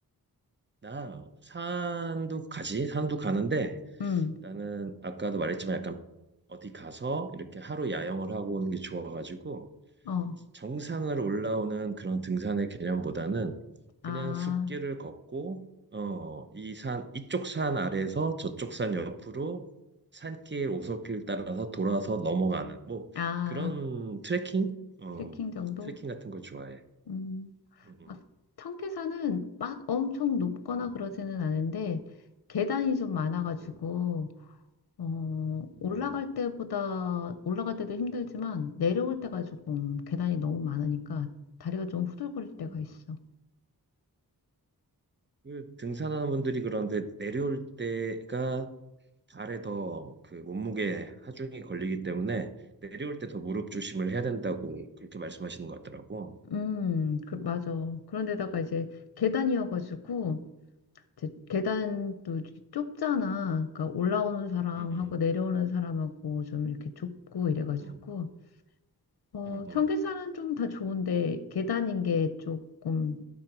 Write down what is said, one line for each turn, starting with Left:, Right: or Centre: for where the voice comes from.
Right: 나 산도 가지 산도 가는데
Left: 응.
Right: 나는 아까도 말했지만 약간 어디 가서 이렇게 하루 야영을 하고 오는 게 좋아가지고
Left: 어.
Right: 정상을 올라오는 그런 등산의 개념보다는
Left: 아,
Right: 그냥 숲길을 걷고 어, 이 산, 이쪽 산 아래에서 저쪽 산 옆으로 산길, 오솔길 따라서 돌아서 넘어가는 뭐
Left: 아,
Right: 그런 트레킹? 어,
Left: 트레킹 정도?
Right: 트레킹 같은 걸 좋아해.
Left: 음.
Right: 음,
Left: 막 청계산은 막 엄청 높거나
Right: 음,
Left: 그러지는 않은데 계단이 좀 많아가지고
Right: 음, 음,
Left: 어,
Right: 음.
Left: 올라갈 때보다 올라갈 때도 힘들지만 내려올 때가 조금 계단이 너무 많으니까 다리가 좀 후들거릴
Right: 음.
Left: 때가 있어.
Right: 그 등산하는 분들이 그런데 내려올 때가 발에 더 그 몸무게 하중이 걸리기 때문에 내려올 때 더 무릎 조심을 해야 된다고 그렇게 말씀하시는 것 같더라고.
Left: 음, 그, 맞아. 그런데다가
Right: 음,
Left: 이제 계단이어가지고 이제 계단도
Right: 음,
Left: 이렇게 좁잖아. 그러니까 올라오는 사람하고
Right: 음,
Left: 내려오는 사람하고 좀 이렇게 좁고 이래가지고
Right: 음,
Left: 어,
Right: 음, 음.
Left: 전기차는 좀 다 좋은데 계단인 게 조금